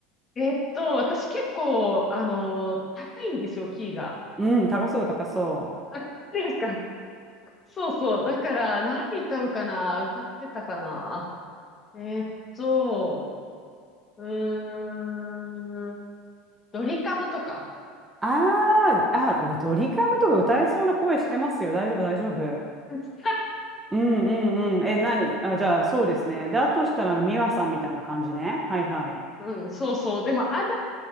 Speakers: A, on the left; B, on the right.
A: えっと、私結構、あのー高いんですよ、キーが。
B: うん高そう高そう
A: あ、ですか。そうそう。だから、何歌うかな歌ってたかなえっと、うーん、ドリカムとか。
B: あーあおドリカムとか歌えそうな声してますよ大丈夫大丈夫
A: <laughs>
B: うんうんうんえ何あじゃあそうですねであとしたらあのミワさんみたいな感じねはいはい
A: うん、そうそう。でも、あん